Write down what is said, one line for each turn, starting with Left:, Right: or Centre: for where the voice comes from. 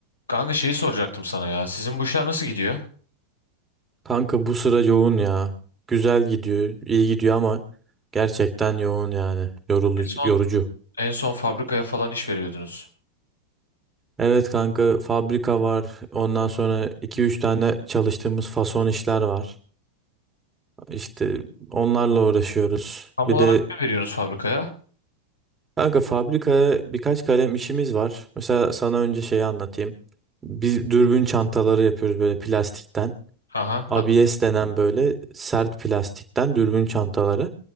Left: Kanka şeyi soracaktım sana ya. Sizin bu işler nasıl gidiyor?
Right: Kanka bu sıra yoğun ya. Güzel gidiyor, iyi gidiyor ama gerçekten yoğun yani. Yorulucu,
Left: En son
Right: yorucu.
Left: en son fabrikaya falan iş veriyordunuz.
Right: Evet kanka fabrika var. Ondan sonra iki üç tane çalıştığımız fason işler var. İşte onlarla uğraşıyoruz.
Left: Tam
Right: Bir
Left: olarak
Right: de
Left: ne veriyorsunuz fabrikaya?
Right: kanka fabrikaya birkaç kalem işimiz var. Mesela sana önce şeyi anlatayım. Biz dürbün çantaları yapıyoruz böyle plastikten.
Left: Aha,
Right: ABS
Left: hat-
Right: denen böyle sert plastikten dürbün çantaları.